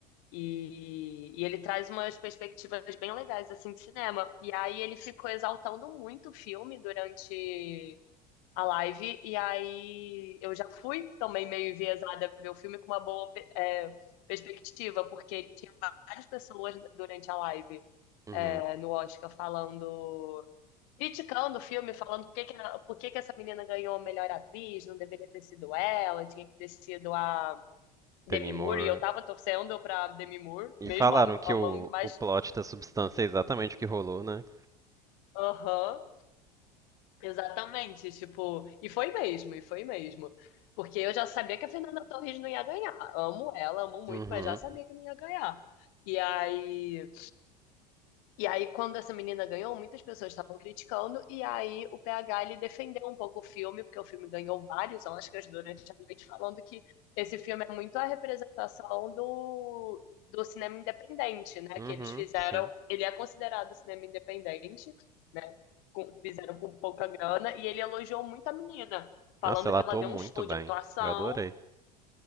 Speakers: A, on the left; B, on the right.
A: E, e ele traz umas perspectivas bem legais, assim, de cinema. E aí ele ficou exaltando muito o filme durante a live. E aí eu já fui também meio enviesada a ver o filme com uma boa, é, perspectiva, porque ele tinha várias pessoas durante a live,
B: Uhum.
A: é, no Oscar falando criticando o filme, falando por que que, a- por que que essa menina ganhou a melhor atriz, não deveria ter sido ela, tinha que ter sido a Demi
B: Demi Moore,
A: Moore, e eu tava torcendo pra Demi Moore,
B: E
A: mesmo
B: falaram
A: am-
B: que
A: amando,
B: o,
A: mas
B: o plot da substância é exatamente o que rolou, né?
A: aham, exatamente, tipo, e foi mesmo, e foi mesmo. Porque eu já sabia que a Fernanda Torres não ia ganhar. Amo ela, amo muito,
B: Uhum.
A: mas já sabia que não ia ganhar. E aí. E aí, quando essa menina ganhou, muitas pessoas estavam criticando, e aí o PH ele defendeu um pouco o filme, porque o filme ganhou vários Oscars durante a noite, falando que esse filme é muito a representação do, do cinema independente, né?
B: Uhum,
A: Que eles fizeram,
B: sim.
A: ele é considerado cinema independente, né? com- fizeram com pouca grana, e ele elogiou muito a menina, falando
B: Nossa, ela
A: que
B: atuou
A: ela deu
B: muito
A: um show
B: bem.
A: de atuação,
B: Eu adorei.